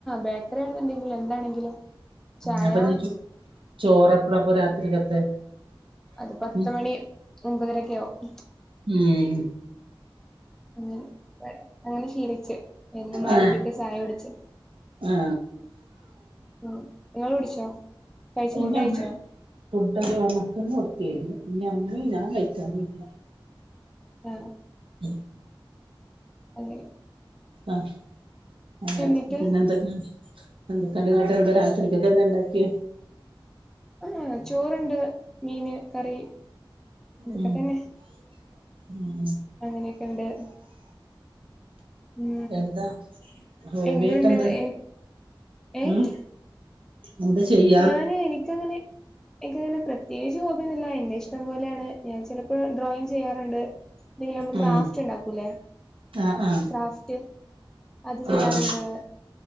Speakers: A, in the centre; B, on the right.
A: ബേക്കറി ആണുണ്ടെങ്കിലും എന്താണെങ്കിലും ചായ
B: അപ്പൊ ഇഞ്ഞി ചോറ് എപ്പഴാ അപ്പൊ രാത്രിക്കത്തെ
A: അത്പത്തു
B: ഉം
A: മണി ഒമ്പതരക്കെയാവും
B: ഉം
A: അങ്ങനെ അങ്ങനെ ശീലച്ച് എന്നും മഗ്
B: ആ
A: രിപിക്ക് ചായ കുട്ച്
B: ആ
A: ഉം ഇങ്ങള് കുടിച്ചോ കഴിച്ചോ
B: ഇനി
A: ഫുഡ്
B: നമ്മള്
A: കഴിച്ചോ
B: ഫുഡ് ഒക്കെ മക്കക്ക് കൊടുത്തിരുന്നു ഇനി നമ്മള് ഞാൻ കഴിക്കാറില്ല
A: ഓ
B: ഉ
A: അങ്ങനെ
B: ആഹ് അങ്ങനെ
A: എന്നിട്ട്
B: പിന്നന്തൊക്ക ഉം എന്തൊക്കെണ്ട് എന്താ രാത്രിക്കൊക്കെ എന്താ ഉണ്ടാക്കിയ
A: ആഹ് ചോറ് ഉണ്ട് മീന് കറി ഇതൊക്കെ
B: ഉം
A: തന്നെ
B: ഉം
A: അങ്ങനെയൊക്കെണ്ട് ഉം
B: എന്താ ഹോബിയായിട്ട്
A: എന്ത് ഉണ്ട്
B: എന്താ
A: എൻ ഏഹ്
B: ഉം എന്താ ചെയ്യ്
A: ഞാന് എനിക്കങ്ങനെ എനിക്കങ്ങനെ പ്രത്യേകിച്ച് ഹോബിയൊന്നുല്ല എന്റെ ഇഷ്ടം പോലെയാണ് ഞാൻ ചിലപ്പോ ഡ്രോയിങ് ചെയ്യാറുണ്ട് പിന്നെമ്മള് ക്രാഫ്റ്റ്
B: ഉം
A: ഉണ്ടാക്കൂലെ
B: ആഹ് ആഹ്
A: ക്രാഫ്റ്റ് അത് ചെയ്യാറുണ്ട്
B: ആഹ്